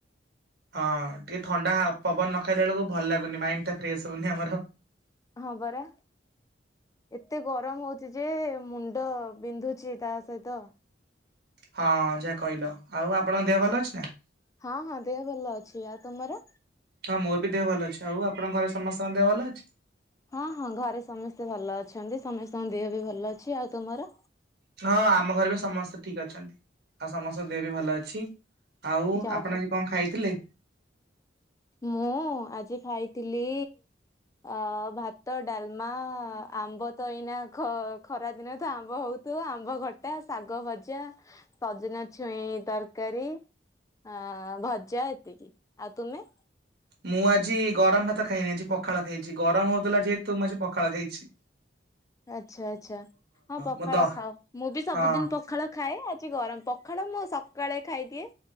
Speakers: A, on the right; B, on the left.
A: ହଁ ଟିକେ ଥଣ୍ଡା ପବନ ନ ଖାଇଲା ବେଳକୁ ଭଲ ଲାଗୁନି ମାଇଣ୍ଡ ଟା ଫ୍ରେଶ ହଉନି ଆମର।
B: ହଁ ପରା। ଏତେ ଗରମ ହଉଛି ଯେ ମୁଣ୍ଡ ବିନ୍ଧୁଛି ତା ସହିତ
A: ହଁ ଯାହା କହିଲ ଆଉ ଆପଣଙ୍କ ଦେହ ଭଲ ଅଛି ନା।
B: ହଁ ହଁ ଦେହ ଭଲ ଅଛି ଆଉ ତୁମର?
A: ହଁ ମୋର ବି ଦେହ ଭଲ ଅଛି ଆଉ ଆପଣଙ୍କ ଘରେ ସମସ୍ତେଙ୍କ ଦେହ ଭଲ ଅଛି।
B: ହଁ ହଁ ଘରେ ସମସ୍ତେ ଭଲ ଅଛନ୍ତି ସମସ୍ତଙ୍କ ଦେହ ବି ଭଲ ଅଛି ଆଉ ତୁମର?
A: ହଁ ଆମ ଘରେ ବି ସମସ୍ତେ ଠିକ ଅଛନ୍ତି ଆଉ ସମସ୍ତଙ୍କ ଦେହେ ବି ଭଲ ଅଛି। ଆଉ
B: ଯାହା
A: ଆପଣ
B: ହଉ
A: ଆଜି କଣ ଖାଇଥିଲେ।
B: ମୁଁ ଆଜି ଖାଇଥିଲି ଅ ଭାତ ଡାଲମା ଆମ୍ବ ତ ଏଇନା ଖ ଖରା ଦିନ ତ ଆମ୍ବ ହଉ ତୁ ଆମ୍ବ ଖଟା ଶାଗ ଭଜା ସଜନା ଛୁଇଁ ତରକାରୀ। ହଁ ଭଜା ଏତିକି ଆଉ ତୁମେ?
A: ମୁଁ ଆଜି ଗରମ ଭାତ ଖାଇନି ଆଜି ପଖାଳ ଖାଇଚି। ଗରମ ହଉଥିଲା ଯେହେତୁ ମୁଁ ଆଜି ପଖାଳ ଖାଇଚି।
B: ଆଚ୍ଛା ଆଛା, ହଁ ପଖାଳ
A: ମୁଁ ଦ
B: ଖାଅ। ମୁଁ ବି ସବୁଦିନ
A: ହଁ
B: ପଖାଳ ଖାଏ ଆଜି ଗରମ, ପଖାଳ ମୁଁ ସକାଳେ ଖାଇଦିଏ।